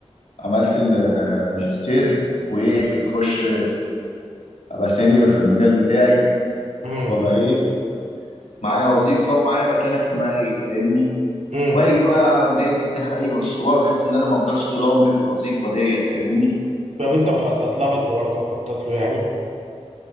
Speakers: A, on the left (about 85°); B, on the right (about 80°).
A: عملت الماجستير وايه اخش ابقى سينيور في المجال بتاعي
B: امم
A: وابقى ايه معايا وظيفة ومعايا مكانة اجتماعية فاهمني
B: امم
A: واجي بقى أقوم جاي فاتح اي مشروع بحيث ان انا ما افضلش طول عمري في الوظيفه ديت فاهمني
B: طب انت مخطط لها الحوار ده مخطط له يعني